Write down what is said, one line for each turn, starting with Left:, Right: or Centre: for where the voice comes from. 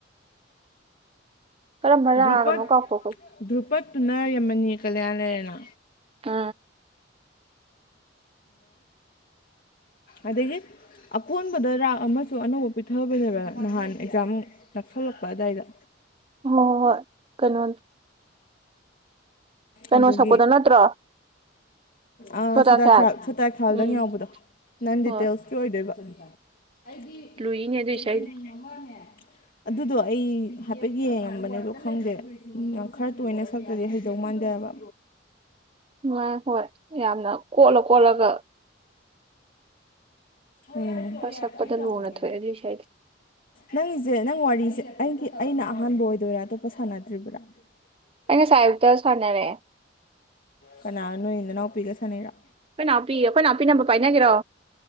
Right: ꯀꯔꯝꯕ ꯔꯒꯅꯣ
Left: ꯗ꯭ꯔꯨꯄꯠ
Right: ꯀꯥꯎꯊꯛꯄꯒꯤ
Left: ꯗ꯭ꯔꯨꯄꯠꯇꯨꯅ ꯌꯥꯝꯃꯅꯤ ꯀꯂꯌꯥꯟ ꯂꯩꯔꯅ
Right: ꯎ
Left: ꯑꯗꯒꯤ ꯑꯀꯣꯟꯕꯗ ꯔꯥꯛ ꯑꯃꯁꯨ ꯑꯅꯧꯕ ꯄꯤꯊꯕꯅꯦꯕ ꯅꯍꯥꯟ ꯑꯦꯛꯖꯥꯝ ꯅꯛꯁꯜꯂꯛꯄ ꯑꯗꯨꯗꯥꯋꯥꯏꯗ
Right: ꯍꯣꯏ ꯍꯣꯏ ꯍꯣꯏ ꯀꯩꯅꯣ ꯀꯩꯅꯣ
Left: ꯑꯗꯨꯒꯤ
Right: ꯁꯛꯄꯗꯣ ꯅꯠꯇ꯭ꯔꯣ
Left: ꯑꯥ
Right: ꯁꯣꯗꯥ
Left: ꯁꯨꯜ
Right: ꯈ꯭ꯌꯥꯜ
Left: ꯁꯨꯇꯈꯥꯜꯗꯪ
Right: ꯎꯝ
Left: ꯌꯥꯎꯕꯗꯣ ꯅꯪ ꯗꯤꯇꯦꯜꯁ
Right: ꯍꯣꯏ
Left: ꯆꯣꯏꯗꯕ ꯑꯩꯗꯤ
Right: ꯂꯨꯏꯅꯦ ꯑꯗꯨꯏ
Left: ꯔꯦꯖꯤꯃꯦꯟ
Right: ꯏꯁꯩꯗꯣ
Left: ꯑꯃꯅꯦ ꯑꯗꯨꯗꯣ ꯑꯩ ꯍꯥꯏꯐꯦꯠ ꯌꯦꯡꯉꯝꯕꯅꯦꯗꯣ ꯈꯪꯗꯦ ꯈꯔ ꯇꯣꯏꯅ ꯁꯛꯇꯗꯤ ꯍꯥꯏ ꯗꯧ ꯃꯥꯟꯗꯕ
Right: ꯉꯥꯏ ꯍꯣꯏ ꯌꯥꯝꯅ ꯀꯣꯠꯂ ꯀꯣꯠꯂꯒ
Left: UNINTELLIGIBLE
Right: ꯈꯔ ꯁꯛꯄꯗ ꯂꯨꯅ ꯊꯣꯛꯑꯦ ꯑꯗꯨꯏ ꯏꯁꯩꯗꯣ
Left: ꯅꯪꯒꯤꯁꯦ ꯅꯪ ꯋꯥꯔꯤꯁꯦ ꯑꯩꯒꯤ ꯑꯩꯅ ꯑꯍꯥꯟꯕ ꯑꯣꯏꯗꯣꯏꯔꯥ ꯑꯇꯣꯞꯄ ꯁꯥꯟꯅꯗ꯭ꯔꯤꯕ꯭ꯔꯥ INAUDIBLE
Right: ꯑꯩ ꯉꯁꯥꯏꯌꯨꯇ ꯁꯥꯟꯅꯔꯦ
Left: ꯀꯅꯥ ꯅꯣꯏ ꯅꯅꯥꯎꯄꯤꯤꯒ ꯁꯅꯔꯥ
Right: ꯑꯩꯈꯣꯏꯅꯥꯄꯤ ꯑꯩꯈꯣꯏ ꯅꯥꯎꯄꯤ ꯅꯝꯕ ꯄꯥꯏꯅꯦꯔꯣ